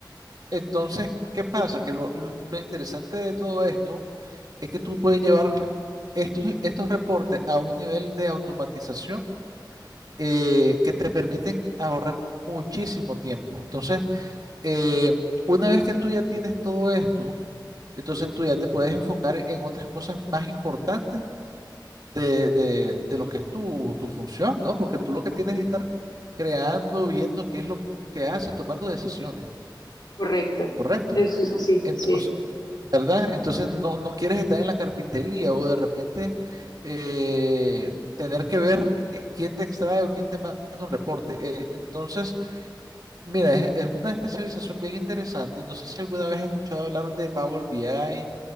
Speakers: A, on the right (about 55°); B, on the left (about 60°).
A: Entonces, ¿qué pasa? Que lo, lo interesante de todo esto es que tú puedes llevar estos, estos reportes a un nivel de automatización eh, que te permiten ahorrar muchísimo tiempo. Entonces, eh, una vez que tú ya tienes todo esto, entonces tú ya te puedes enfocar en otras cosas más importantes de, de- de lo que es tu, tu función, ¿no? Porque tú lo que tienes es estar creando, viendo qué es lo que haces, tomando decisiones,
B: Correcto.
A: ¿correcto?
B: Eso es así,
A: Entonces,
B: sí.
A: ¿verdad? Entonces no, no quieres estar en la carpintería o de repente eh, tener que ver eh, quién te extrae o quién te manda un reporte. Eh, entonces... Mira, es, es una especialización bien interesante. No sé si alguna vez has escuchado hablar de Power BI